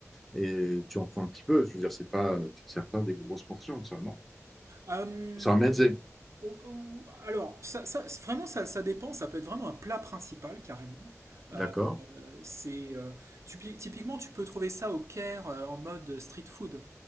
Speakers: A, in the centre; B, on the right.
A: et tu en prends un petit peu. Je veux dire, c'est pas, euh, tu te sers pas des grosses portions, ça, non?
B: Euh,
A: C'est un mezzé,
B: ou- ou- alors, ça, ça- vraiment, ça, ça dépend. Ça peut être vraiment un plat principal carrément. Euh,
A: d'accord?
B: c'est euh, typi- typiquement, tu peux trouver ça au Caire euh, en mode street food.